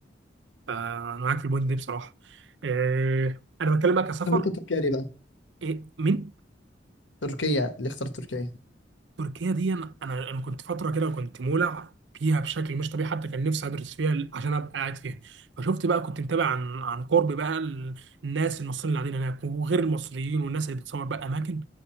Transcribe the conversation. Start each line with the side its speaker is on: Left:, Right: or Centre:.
Right: فانا معاك في البوينت دي بصراحه آه، انا بتكلم بقى كسفر
Left: طب انت تركيا ليه بقى
Right: إيه؟ مين
Left: تركيا اللي اختار تركيا
Right: تركيا دي انا انا أنا كنت فتره كده كنت مولع فيها بشكل مش طبيعي حتى كان نفسي ادرس فيها ل- عشان ابقى قاعد فيها فشفت بقى كنت متابع عن عن قرب بقى ال- الناس المصريين اللي قاعدين هناك وغير المصريين والناس اللي بتصور بقى اماكن